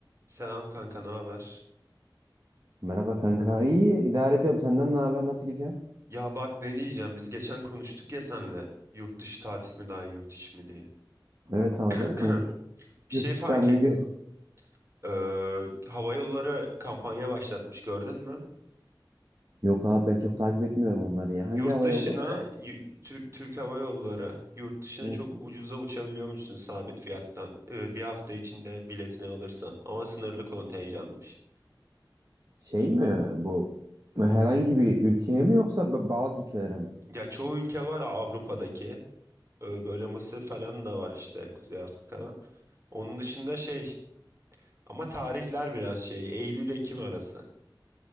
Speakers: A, on the right; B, on the right.
A: Selam kanka, ne haber?
B: Merhaba kanka. İyi idare ediyorum. Senden ne haber? Nasıl gidiyor?
A: Ya bak ne diyeceğim biz geçen konuştuk ya senle yurt dışı tatil mi daha iyi yurt içi mi diye.
B: Evet abi
A: <clears throat>
B: konuştuk.
A: Bir
B: Yurt
A: şey
B: dışı
A: fark
B: falan iyi
A: ettim.
B: diyorduk.
A: Ee, hava yolları kampanya başlatmış gördün mü?
B: Yok abi ben çok takip etmiyorum onları ya.
A: Yurt
B: Hangi hava
A: dışına
B: yolu? Ee,
A: y- Tür- Türk Hava Yolları yurt dışına
B: hı
A: çok
B: hı.
A: ucuza uçabiliyormuşsun sabit fiyattan. Ee, bir hafta içinde biletini alırsan ama sınırlı kontenjanmış.
B: Şey mi bu? Herhangi bir ülkeye mi yoksa ba- bazı ülkelere mi?
A: Ya çoğu ülke var Avrupa'daki. Ee, böyle Mısır falan da var işte Kuzey Afrika'dan. Onun dışında şey Ama tarihler biraz şey Eylül-Ekim arası.